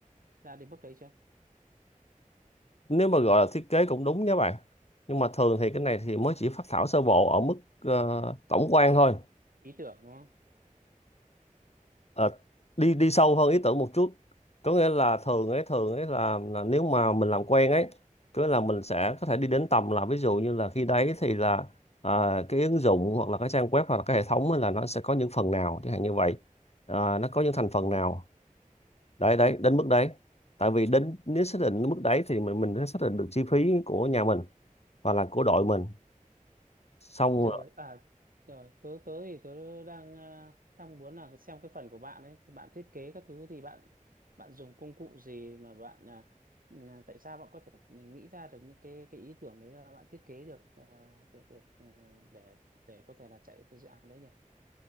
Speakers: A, on the right; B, on the left.
A: Đã đến bước đấy chưa?
B: nếu mà gọi là thiết kế cũng đúng nha bạn nhưng mà thường thì cái này thì mới chỉ phác thảo sơ bộ ở mức ờ, tổng quan thôi
A: Ý tưởng đúng không?
B: Ờ, đi đi sâu hơn ý tưởng một chút có nghĩa là thường ấy thường ấy là, là nếu mà mình làm quen ấy có nghĩa là mình sẽ có thể đi đến tầm là ví dụ như là khi đấy thì là à, cái ứng dụng hoặc là cái trang web hoặc là cái hệ thống ấy là nó sẽ có những phần nào chẳng hạn như vậy à, nó có những thành phần nào đấy đấy đến mức đấy tại vì đến nếu xác định mức đấy thì mình mình sẽ xác định được chi phí của nhà mình và là của đội mình xong
A: rồi
B: rồi,
A: à rồi tớ tớ thì tớ đang à, đang muốn là xem cái phần của bạn ấy bạn thiết kế các thứ thì bạn bạn dùng công cụ gì mà bạn à, là tại sao bạn có thể nghĩ ra được những cái cái ý tưởng đấy là bạn thiết kế được ờ, được được ờ, để để có thể là chạy cái dự án đấy nhỉ